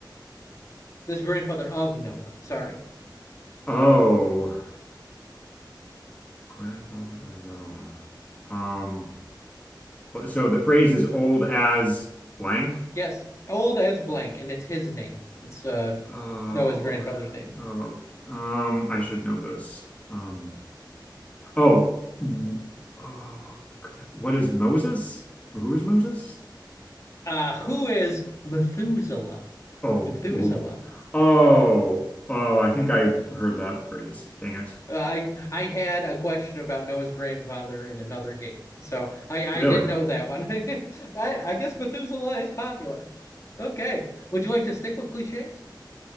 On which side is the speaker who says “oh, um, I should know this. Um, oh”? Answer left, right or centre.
Left